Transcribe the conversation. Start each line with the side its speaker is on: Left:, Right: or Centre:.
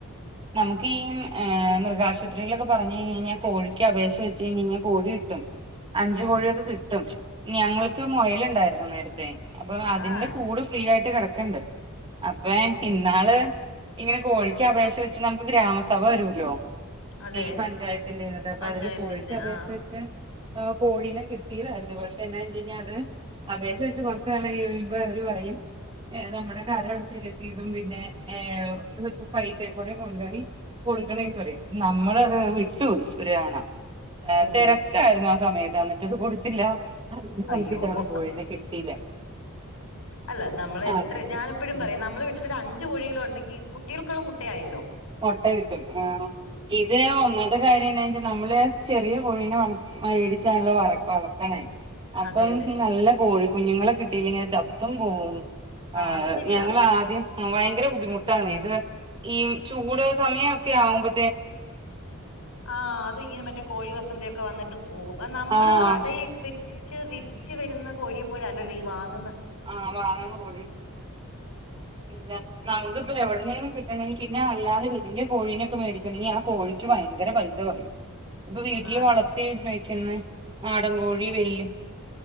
Right: നമുക്ക് ഈ ഏഹ് മൃഗാശുപത്രിയിലൊക്കെ പറഞ്ഞ് കഴിഞ്ഞെഴ്ഞ്ഞാ കോഴിക്ക് അപേക്ഷ വെച്ച് കഴിഞ്ഞെഴ്ഞ്ഞാ കോഴി കിട്ടും അഞ്ച്
Left: ഉം
Right: കോഴിയൊക്കെ കിട്ടും ഞങ്ങെക്ക് മൊയൽ ഇണ്ടായിരുന്നു നേര്ത്തെ അപ്പ അതിന്റെ
Left: ആഹ്
Right: കൂട് ഫ്രീ ആയിട്ട് കെടക്ക്ണ്ട് അപ്പയെ
Left: ഓ
Right: ഇന്നാൾ ഇങ്ങനെ കോഴിക്ക് അപേക്ഷ വെച്ച് നമുക്ക് ഗ്രാമസഭ വെരൂല്ലോ?
Left: അതെ
Right: ഈ പഞ്ചായത്തിന്റെത് അപ്പ
Left: പഞ്ചായത്തിന്റെ
Right: അതിൽ കോഴിക്ക് അപേക്ഷ
Left: ആഹ്
Right: വെച്ച് എഹ് കോഴീനെ കിട്ടിതായിരുന്നു പക്ഷെ എന്നാ വെച്ചുകഴിഞ്ഞാ അത് അപേക്ഷ വെച്ച് കൊർച്ച് നാൾ കയ്യോയുമ്പോ അവെര് പറയും ഏഹ് നമ്മുടെ കരം അടച്ച രസീതും പിന്നെ ഏഹ് <unintelligible> പൈസെയും കൂടെ ഇങ്ങ് കൊണ്ടു വെരി കൊട്ക്ക്ണ ഡേയ്‌സ് പറിയും. നമ്മെൾ അത് വിട്ടുപോയി ഒര് തവണ അഹ്
Left: ഓ
Right: തെരക്കായിരുന്നു ആ സമയെത്ത് അന്ന് ഇന്നെട്ട് കൊട്ത്തില്ല <unintelligible>
Left: അയ്യോ
Right: പോയി പിന്നെ കിട്ടിയില്ല
Left: അല്ല നമ്മെൾ എത്ര
Right: അതുകൊണ്ട്
Left: ഞാൻ എപ്പെഴും
Right: ഉം
Left: പറയും നമ്മളെ വീട്ടിൽ ഒര് അഞ്ച് കോഴി എങ്കിലും ഒണ്ടെങ്കി കുട്ടികൾക്ക് ഇള്ള മുട്ടയായല്ലോ
Right: മൊട്ട കിട്ടും ആഹ് ഇത് അയിന് ഒന്നാമത്തെ കാര്യം എന്നാ വെച്ചാ നമ്മളെ ആഹ് ചെറിയ കോഴിനെ വളർ <unintelligible> <unintelligible> വര വളർത്തണേ അപ്പം
Left: അതെ
Right: ഇൻക്ക്
Left: അതെ
Right: നല്ല കോഴി കുഞ്ഞ്ങ്ങളെ കിട്ടിയിലെങ്കി അത് ചത്തും പോവും ആഹ്
Left: അത് ശരിയാ
Right: ഞങ്ങെള് ആദ്യം ഉം ഭയങ്കര ബുദ്ധിമുട്ടാണേ ഇത് ഈ ചൂട് സമയൊക്കെ ആവുമ്പോ
Left: ആഹ് അത് ഇങ്ങനെ മറ്റേ കോഴി വസന്തെയൊക്കെ വന്ന്ട്ട് പോകും അയ് നമ്മെൾ
Right: ആഹ്
Left: അടയി വിര്ച്ച് വിര്ച്ച് വെര്ന്ന കോഴിയെ പോലെ അല്ലല്ലോ ഈ വാങ്ങ്ന്ന
Right: ആഹ് വാങ്ങ്ന്ന കോഴി ഇല്ല നമുക്ക് ഇപ്പ എവ്ട്ന്നേലും കിട്ട് ട്ടണെങ്കി പിന്നെ അല്ലാതെ വെല്ല്യ കോഴിനെക്കെ മേടിക്കണെങ്കി ആ കോഴിക്ക് ഭയങ്കര പൈസ വാങ്ങും ഇപ്പ
Left: ആഹ്
Right: വീട്ട്ൽ
Left: നാടൻ
Right: വളെർത്തി വെക്ക്ന്നെ നാടൻ കോഴി വെല്ല്യെ